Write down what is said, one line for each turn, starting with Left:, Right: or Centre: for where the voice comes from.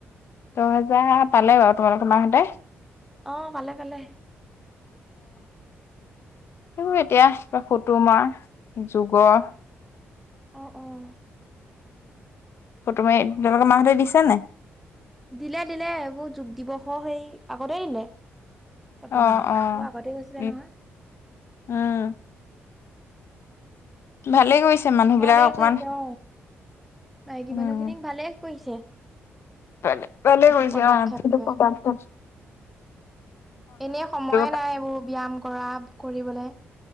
Left: দহ হেজাৰ পালে বাৰু তোমালোকৰ মাহতে।
Centre: অ ভালে ভালে।
Left: অ এতিয়া ফুতোমাৰ, যুগৰ
Centre: অহ অহ
Left: ফটো মাৰি তহঁতৰ মাহঁতে দিছে নাই?
Centre: দিলে দিলে এইবোৰ যোগ দিৱসো সেই আগতে দিলে। ফটোমৰা
Left: অ অ
Centre: আগতে গৈছিলে
Left: উম
Centre: নহয়।
Left: উম ভালে কৰিছে মানুহ
Centre: ভালেই
Left: বিলাক অকমান
Centre: কৰিছে অ' মাইকী
Left: উম
Centre: মানুহ খিনিক ভালে কৰিছে।
Left: ভালে
Centre: এইটো
Left: কৰিছে
Centre: পদক্ষেপটো।
Left: অহ
Centre: এনেই সময়ে
Left: পাৰি
Centre: নাই এইবোৰ ব্যায়াম কৰা কৰিবলে।